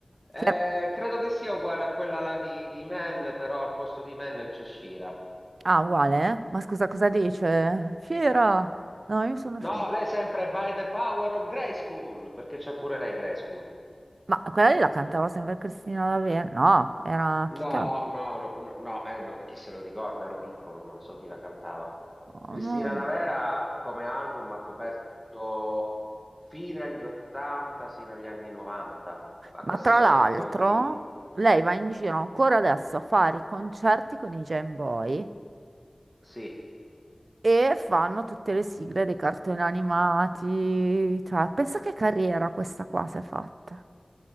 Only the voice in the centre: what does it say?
Eh,
credo che sia uguale a quella là di, di Man, però al posto di Man c'è Shira.
No,
lei è sempre by the power of Grayskull, perché c'è pure lei Grayskull.
No,
no, no, no, no, eh, no, chi se lo ricorda, ero piccolo, non lo so chi la cantava.
Cristina
D'Avera come album ha coperto fine anni 80 sino agli anni 90, ma
questi
sono
cartoni prima.
Sì.
eh.